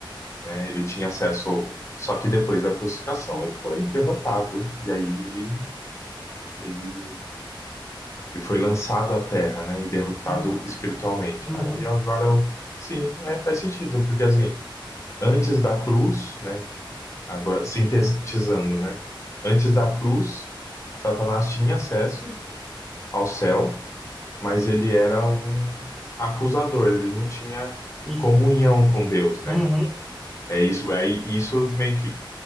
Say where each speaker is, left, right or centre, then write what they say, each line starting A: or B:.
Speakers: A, on the left; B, in the centre.
A: né? Ele tinha acesso. Só que depois da crucificação ele foi derrotado e aí ele ele e foi lançado à terra, né, e derrotado
B: isso,
A: espiritualmente.
B: uhum,
A: Aí agora eu, sim, é, faz sentido, porque assim, antes da cruz, né, agora sintetizando, né, antes da cruz, Satanás tinha acesso ao céu, mas ele era um acusador, ele não tinha
B: isso,
A: comunhão com Deus,
B: uhum.
A: né? É isso, aí isso meio que